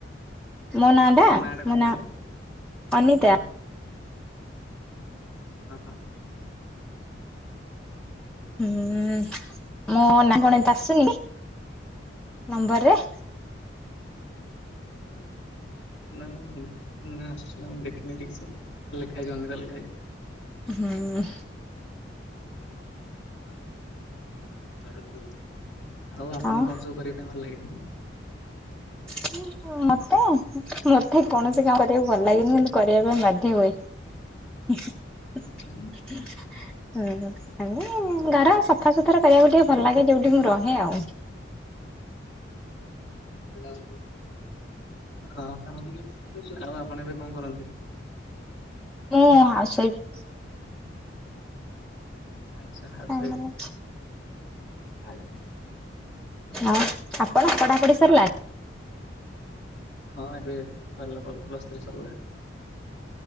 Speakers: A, in the centre; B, on the left.
A: ମୋ ନାଁଆଟା,
B: ଆପଣଙ୍କ ଟା କଣ
A: ମୋ ନାଁ,
B: କହିଲେ?
A: ଅନିତା।
B: ହଁ ହଁ, ହଁ।
A: ହୁଁ ମୋ ନା କଣ <unintelligible> ଆସୁନି ନମ୍ବରରେ?
B: <unintelligible> ନା ମୁଁ ନାଁ ଆସୁଛି ନା କଣ ଦେଖିନି ଠିକ୍ ସେ, ଲେଖା ହେଇଚି ଅନିତା ଲେଖା ହେଇଚି।
A: ହୁଁ।
B: ଆଉ ଆପଣଙ୍କୁ
A: ଆଉ
B: କଣ ସବୁ କରିବା ପାଇଁ ଭଲ ଲାଗେ?
A: <unintelligible> ମତେ, ମତେ କୌଣସି କାମ କରିବାକୁ ଭଲ ଲାଗେନି କିନ୍ତୁ କରିବା ପାଇଁ ବା ଧ୍ୟ ହୁଏ। <unintelligible>
B: ଆଚ୍ଛା
A: ହୁଁ ଏମି ଘର ସଫା ସୁତୁରା କରିବାକୁ ଟିକେ ଭଲ ଲାଗେ। ଯୋଉଠି ମୁଁ ରହେ ଆଉ।
B: <unintelligible> ଓହଁ, ଆଉ ଆପଣ ଏବେ କଣ କରନ୍ତି?
A: ମୁଁ ହାଉସୱାଇଫ୍।
B: ଆଚ୍ଛା ହାଉସୱାଇଫ୍,
A: ହଁ
B: ଆଜ୍ଞା।
A: ଆଉ ଆପଣ ପଢ଼ାପଢି ସରିଲା?
B: ହଁ ଏବେ ସରିଲା ପଲ୍ ପ୍ଲସ୍ଥ୍ରୀ ସରିଲା।